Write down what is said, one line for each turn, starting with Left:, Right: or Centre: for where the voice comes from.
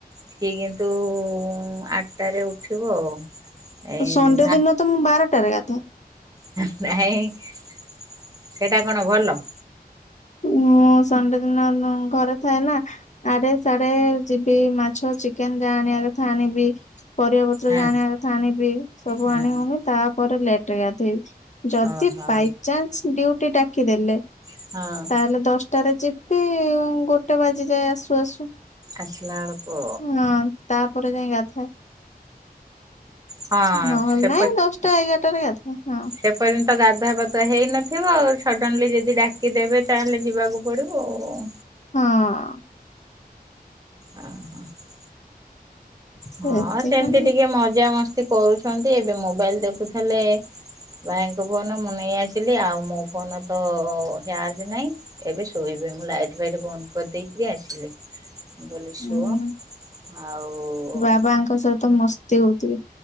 Right: ସେ କିନ୍ତୁ ଆଠଟାରେ ଉଠିବ ଆଉ ଏଇ
Left: ସଣ୍ଡେ ଦିନ ତ ମୁ ବାରଟାରେ ଗାଧେ
Right: ଏ <unintelligible> ସେଇଟା କଣ ଭଲ
Left: ମୁଁ ସଣ୍ଡେ ଦିନ ଘରେ ଥାଏ ନା ଆରେ ସାଡେ ଯିବି ମାଛ ଚିକେନ ଯାହା ଆଣିବା କଥା ଆଣିବି ପରିବା ପତ୍ର
Right: ହଁ।
Left: ଯାହା ଆଣିବା କଥା ଆଣିବି ସବୁ
Right: ହଁ।
Left: ଆଣିଉନି ତାପରେ ଲେଟ ରେ ଗାଧୋଇବି ଯଦି
Right: ଓହୋ।
Left: ବାଇଚାନ୍ସ ଡି ୟୁ ଟି ଡାକିଦେଲେ
Right: ହଁ।
Left: ତାହେଲେ ଦଶଟାରେ ଯିବି ଗୋଟେ ବାଜି ଯାଏ ଆସୁ ଆସୁ
Right: ଆସିଲା ବେଳକୁ
Left: ହଁ ତାପରେ ଯାଇଁ ଗାଧାଏ
Right: ହଁ
Left: ନହେଲେ
Right: ସେ
Left: ନାଇଁ ଦଶଟା ଏଗାରଟାରେ ଗାଧାଏ ହ-
Right: ଯେ ପର୍ଯ୍ୟନ୍ତ ଗାଧୁଆ ପାଧୁଆ ହେଇନଥିବ ସଡ଼ନଲି ଯଦି ଡାକିଦେବେ ତହେଲେ ଯିବାକୁ ପଡ଼ିବ ଆଉ
Left: ହଁ।
Right: ହଁ ହଁ <unintelligible>
Left: ସେଥିପାଇଁ
Right: ହଁ ସେମିତି ଟିକେ ମଜା ମସ୍ତି କରୁଛନ୍ତି ଏବେ ମୋବାଇଲ ଦେଖୁଥିଲେ। ଭାଇଙ୍କ ଫୋନ ମୁଁ ନେଇ ଆସିଲି ଆଉ ମୋ ଫୋନ ତ ଚାର୍ଜ ନାହିଁ ଏବେ ଶୋଇବେ ମୁଁ ଲାଇଟ୍ ଫାଇଟ ବନ୍ଦ କରିଦେଇକରି ଆସିଲି ମୁଁ କହିଲି ସୁଅ
Left: ହୁଁ
Right: ଆଉ।
Left: <unintelligible> ସହିତ। ତ ମସ୍ତି ହଉଥିବେ।